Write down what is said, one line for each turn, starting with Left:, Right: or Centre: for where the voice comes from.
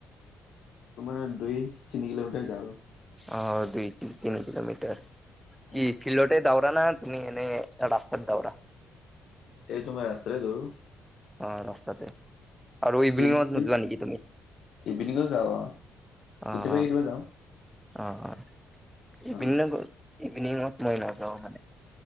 Left: তোমাৰ দুই তিনি কিলোমিটাৰ যাও।
Centre: অ', দুই তিনি কিলোমিটৰ, কি
Left: অ
Centre: ফিল্ডতে দাউ ৰা না, তুমি এনে ৰাস্তাত দৌৰা।
Left: এই তোমাৰ ৰাস্তাৰে দৌৰো।
Centre: অ', ৰাস্তাতে। আৰু ইভিনিঙত
Left: ফিল চিল
Centre: নোযোৱা নেকি তুমি?
Left: ইভিনিঙো যাওঁ অ কেতিয়াবা
Centre: অ', অ।
Left: কেতিয়াবা যাওঁ
Centre: অ', অ, ইভিনিং
Left: অ
Centre: ইভিনিঙত মই নাযাওঁ মানে।